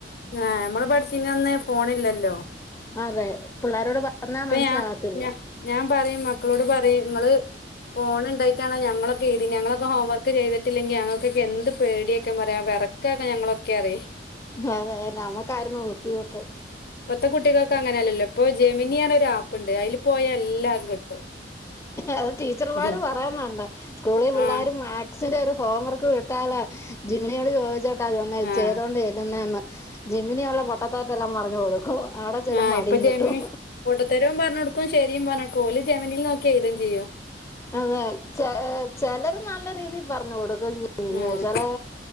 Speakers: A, on the left; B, on the left.
A: ആഹ് ഞമ്മള് പഠിച്ചീനന്ന് ഫോണ് ഇല്ലല്ലൊ
B: അതെ പിള്ളാരോട് പറഞ്ഞാ മനസ്സിലാകത്തില്ല
A: ഞാ ഞാ ഞാൻ പറയും മക്കളോട് പറയും ഇങ്ങള് ഫോണ് ഇണ്ടായിട്ടാണാ ഞങ്ങളൊക്കെ എഴ്തീനെ ഞങ്ങളൊക്കെ ഹോം വർക്ക് ചെയ്തിട്ടില്ലെങ്കി ഞങ്ങക്കൊക്കെ എന്ത് പേടിയാറ്റാം പറയാ വെറ ക്കക്കെ ഞങ്ങളൊക്കെ അറിയ്
B: അതെ നമക്കായിരുന്നു ബുദ്ധിമുട്ട്
A: ഇപ്പത്തെ കുട്ടികക്ക് അങ്ങനെയല്ലല്ലോ ഇപ്പൊ ജെമിനി പറഞ്ഞൊരു ആപ്പിണ്ട് അതില് പോയാ എല്ലാം കിട്ടും
B: അത് ടീച്ചർമ്മാരും
A: ഉം
B: പറയുന്നുണ്ട് സ്കൂളി പിള്ളേരും
A: ആഹ്
B: മാത്‌ സിന്റെ ഒരു ഹോം വർക്ക് വിട്ടാല് ജമിനിയോട് ചോദിച്ചിട്ടാ ചെന്ന്
A: ആഹ്
B: ചെയ്തോണ്ട് ചെല്ലുന്നേന്ന് ജമിനിയൊള്ള പൊട്ട തെറ്റെല്ലാം പറഞ്ഞ് കൊടുക്കും അവിടെ ചെല്ലുമ്പോ
A: ആഹ്
B: അടിയും
A: ഇപ്പൊ ജമിനി
B: കിട്ടും
A: പൊട്ടത്തരവും പറഞ്ഞ് കൊടുക്കും ശരിയും പറഞ്ഞ് കൊടുക്കും ഓല് ജമിനിൽ നോക്കി എഴുതോം ചെയ്യും
B: അതെ ചെ ചെലര് നല്ല രീതി പറഞ്ഞു കൊടുക്കും ജെമിനി
A: ആഹ്
B: ചെലേ